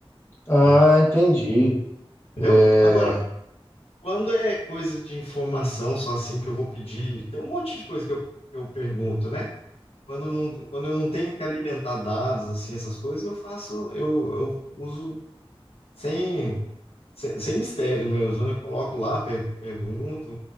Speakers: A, on the left; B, on the left.
A: Ah,
B: né?
A: entendi.
B: Entendeu?
A: É,
B: Agora, quando é coisa de informação só assim que eu vou pedir, tem um monte de coisa que eu, que eu pergunto, né? Quando, não, quando eu não tenho que alimentar dados, assim, essas coisas, eu faço, eu, eu uso sem, sem, sem mistério mesmo, né? Eu coloco lá, per- pergunto.